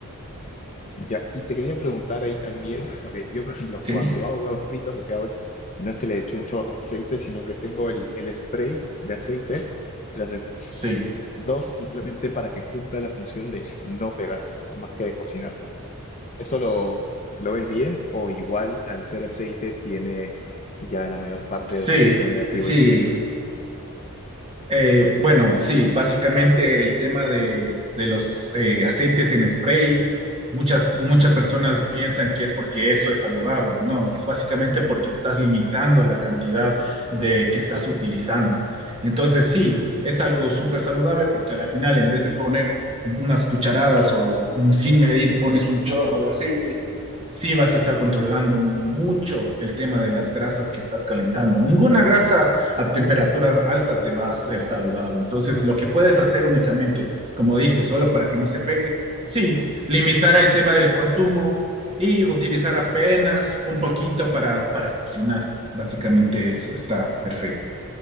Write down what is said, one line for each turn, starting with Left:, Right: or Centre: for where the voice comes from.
Left: Ya, y te quería preguntar ahí también, porque yo, por ejemplo,
Right: Sí,
Left: cuando hago huevos fritos, lo que hago es, no es que le eche un chorro de aceite, sino que tengo el, el spray de aceite, que le haces tss,
Right: sí,
Left: tss, dos simplemente para que cumpla la función de no pegarse, más que de cocinarse. ¿Eso lo, lo ves bien o igual al ser aceite tiene ya la mayor parte
Right: sí,
Left: del efecto negativo
Right: sí,
Left: incluido?
Right: Eh, bueno, sí, básicamente el tema de, de los eh, aceites en spray, muchas, muchas personas piensan que es porque eso es saludable. No, es básicamente porque estás limitando la cantidad de que estás utilizando. Entonces, sí, es algo súper saludable porque a la final, en vez de poner unas cucharadas o mm, sin medir pones un chorro de aceite, sí vas a estar controlando mucho el tema de las grasas que estás calentando. Ninguna grasa a temperaturas altas te va a ser saludable. Entonces, lo que puedes hacer únicamente, como dices, solo para que no se pegue, sí, limitar el tema del consumo y utilizar apenas un poquito para, para cocinar. Básicamente eso está perfecto.